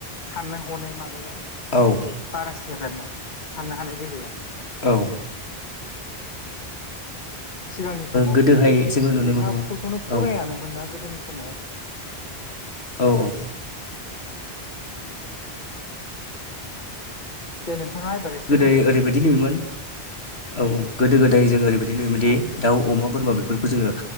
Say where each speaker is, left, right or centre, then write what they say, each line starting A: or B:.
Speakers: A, on the left (about 45°); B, on the left (about 80°).
A: साननाय हनाय माबाया
B: औ
A: बारासो जादो आरोना साननो हानाय गोहोआ
B: औ
A: सिगांनि समावदि
B: गोदोहाय जोङो नुनो
A: लेखाफोरखौनो
B: मोनोमोन
A: फरायानोमोन
B: औ
A: ना गोदोनि समाव
B: औ औ
A: दे नोंथाङा एबार एसे
B: गोदाय
A: बुंदो
B: ओरैबायदि नुयोमोन औ औ गोदो गोदाय जों ओरैबायदि नुयोमोनदि
A: औ
B: दाउ अमा बोरमा बेफोरखौ जोङो